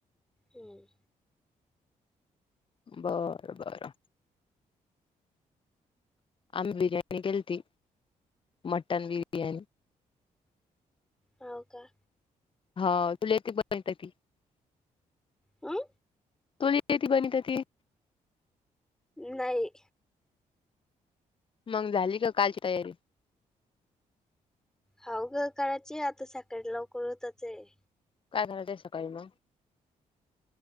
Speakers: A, in the centre; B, on the left (about 35°).
A: हं
B: बरं बरं आम्हीं बिर्याणी केली ती मटंन बिर्याणी
A: होव कां
B: हां तुले ते बंत माहीत आहे ते
A: हं?
B: तूंले किती बणं तं ते
A: नाहीं
B: मंग झालीं कां कांलची तयारी
A: होगं करायंची आतां सकाळीं लवकरं उठायचं आहे
B: कायं करायचं ते सकाळीं उठून